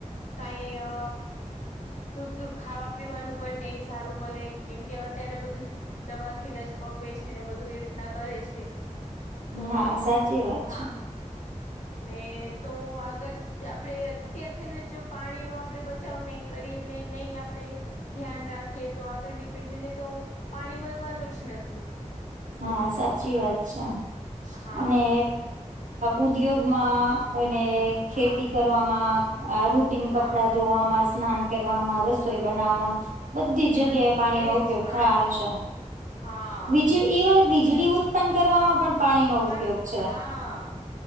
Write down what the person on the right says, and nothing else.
હા સાચી વાત
છે
હા સાચી વાત છે
અને ઉદ્યોગમાં અને ખેતી
કરવામાં અ રૂટીન
કપડા ધોવામાં સ્નાન કરવામાં રસોઈ બનાવવામાં બધી જગ્યાએ
પાણીનો ઉપયોગ
થવાનો છે,
બીજી વીજળી ઉત્પન્ન કરવામાં પણ પાણીનો
ઉપયોગ છે